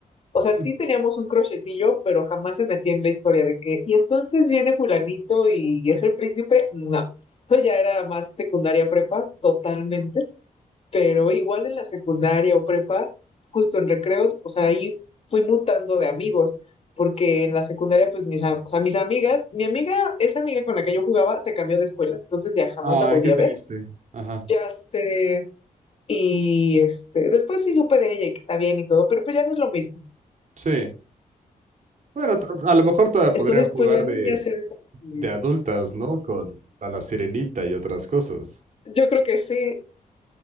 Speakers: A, on the left; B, on the right.
A: O sea,
B: Mm.
A: sí teníamos un crochecillo, pero jamás se metía en la historia de que, y entonces viene fulanito y es el príncipe, no. Eso ya era más secundaria prepa, totalmente. pero igual en la secundaria o prepa, justo en recreos, o sea, ahí fui mutando de amigos, porque en la secundaria, pues mis, o sea, mis amigas, mi amiga, esa amiga con la que yo jugaba, se cambió de escuela, entonces ya jamás
B: Ay,
A: la volví
B: qué triste.
A: a ver,
B: Ajá.
A: ya sé, y este, después sí supe de ella y que está bien y todo, pero pues ya no es lo mismo.
B: Sí. Bueno, t- a lo mejor todavía podrían
A: Entonces,
B: jugar
A: pues las
B: de,
A: niñas eran como que-
B: de adultas, ¿no? Con a la sirenita y otras cosas.
A: yo creo que sí,